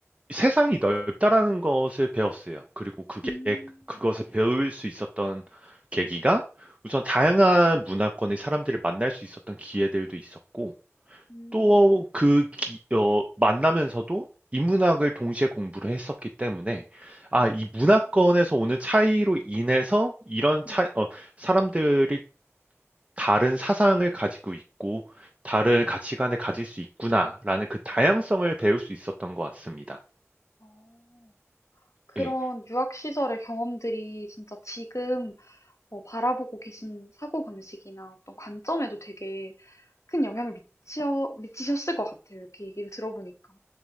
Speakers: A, on the right; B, on the left.
A: 세상이 넓다라는 것을 배웠어요. 그리고 그게,
B: 음.
A: 그것을 배울 수 있었던 계기가 우선 다양한 문화권의 사람들을 만날 수 있었던 기회들도 있었고,
B: 음.
A: 또 그 어 만나면서도 인문학을 동시에 공부를 했었기 때문에 아
B: 어.
A: 이 문화권에서 오는 차이로 인해서 이런
B: 네.
A: 차이 어 사람들이 다른 사상을 가지고 있고 다른
B: 음.
A: 가치관을 가질 수 있구나라는 그 다양성을 배울 수 있었던 것 같습니다.
B: 어. 그런
A: 예.
B: 유학 시절의 경험들이 진짜 지금 뭐 바라보고 계신 사고방식이나 어떤 관점에도 되게 큰 영향을 미치어 미치셨을 것 같아요. 이렇게 얘기를 들어보니까.